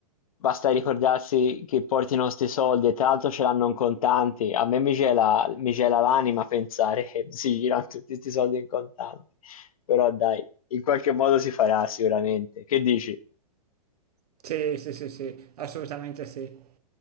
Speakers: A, on the left; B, on the right.
A: Basta ricordarsi che porti i nostri soldi e tra l'altro ce l'hanno in contanti. A me mi gela, mi gela l'anima pensare che si girano tutti questi soldi in contanti. Però dai, in qualche modo si farà sicuramente. Che dici?
B: Sì, sì, sì, sì, assolutamente sì.